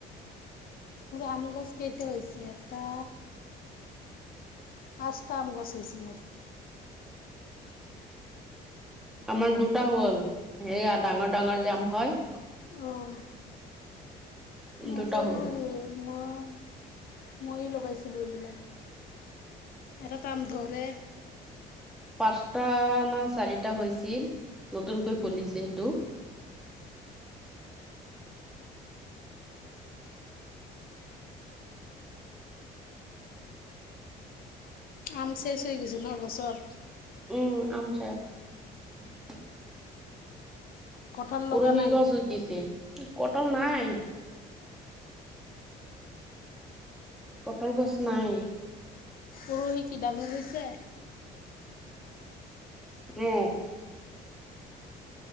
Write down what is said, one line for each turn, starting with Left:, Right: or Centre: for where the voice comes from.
Left: আম গছ কেইটা হৈছে, এটা পাঁচটা আম গছ হৈছে মোৰ।
Centre: আমাৰ দুটা হ'ল। সেয়া ডাঙৰ, ডাঙৰ আম হয়।
Left: অ'। মই
Centre: দুটা
Left: সৰু
Centre: হ'ল
Left: <unintelligible> মই, মই লগাইছিলোঁ এইবিলাক। এটা টা আম ধৰে।
Centre: পাঁচটা না চাৰিটা হৈছিল, নতুনকৈ ফুলিছে সেইটো।
Left: আম চেচ হৈ গৈছে নহ গছৰ।
Centre: উম, আম <unintelligible>
Left: কঁঠাল লগা
Centre: উৰহী
Left: নাই
Centre: গছ উঠিছে, কঁটাল নাই। কঁটাল গছ নাই।
Left: উৰহী কি ডাঙৰ হৈছে।
Centre: উম।